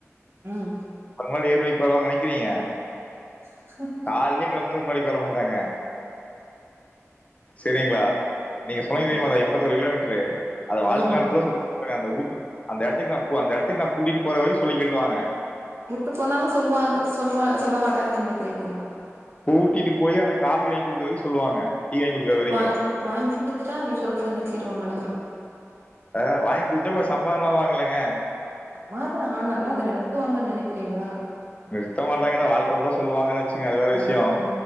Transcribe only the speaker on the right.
ம்.
<inaudible>
இ
ம்
கூட்டுப்போனாலும் சொல்லுவாங்க சொல்லுவா சொல்ல மாட்டாங்கனு நனைக்கிறீங்ளா.
வாங் வாங்கி குடுத்துட்டா அத சொல்றத நிறுத்தீருவாங்களா.
சமாதம் ஆனாலும் அது நெரந். ந்து வாங்கன்னு நனக்கிறீங்ளா.
ஆ
ஆ